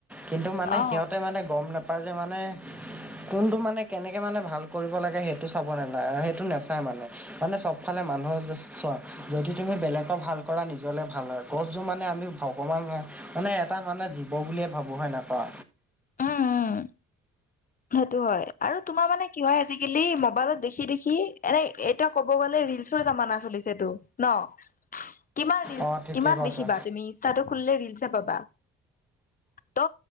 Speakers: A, in the centre; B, on the left (about 30°).
A: কিন্তু মানে
B: অ
A: সিহতে মানে গম নাপায় যে মানে কোনটো মানে কেনেকে মানে ভাল কৰিব লাগে সেইটো চাব ন সেইটো নেচায় মানে। মানে চব ফালে মানুহ চোৱা যদি তুমি বেলেগক ভাল কৰা নিজলে ভাল হয়। গছজোপাৰ মানে আমি অকণমান মানে এটা মানুহে জীৱ বুলিয়ে ভাবো হয় কোৱা।
B: উম-উম সেইটো হয়। আৰু তোমাৰ মানে কি হয় আজিকালি মোবাইলত দেখি-দেখি এনেই এতিয়া ক'ব গ'লে ৰিলচৰ জামানা চলিছেটো ন। কিমান ৰিলচ
A: অঁ ঠিকে
B: কিমান
A: কৈছা
B: দেখিবা তুমি ইনষ্টাটো খুলিলে ৰিলচ পাবা। ত'